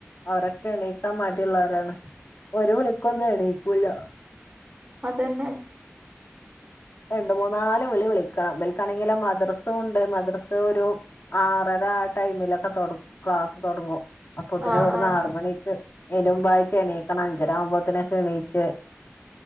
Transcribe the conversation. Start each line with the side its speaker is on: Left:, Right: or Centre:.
Left: അവരൊക്കെ എണീക്കാൻ മടില്ലൊരാണ് ഒരു വിളിക്കൊന്നും എണീക്കൂല്ല
Right: അതെന്നെ
Left: രണ്ട മൂന്ന നാല് വിളി വിളിക്കണം ഇവർക്കാണെങ്കി മദ്രസ ഉണ്ട് മദ്രസ ഒരു ആറ ആ ടൈമിലൊക്കെ തുടങ്ങും ക്ലാസ് തുടങ്ങും അപ്പൊ ഒത്തിന്
Right: ആഹ്
Left: ഇവിടുന്ന
Right: ആഹ്
Left: ആറുമണിക്ക് അയ്ൻ മുൻപായി എണീക്കണം അഞ്ചര ആവുമ്പോത്തിനെ എണീച്ച്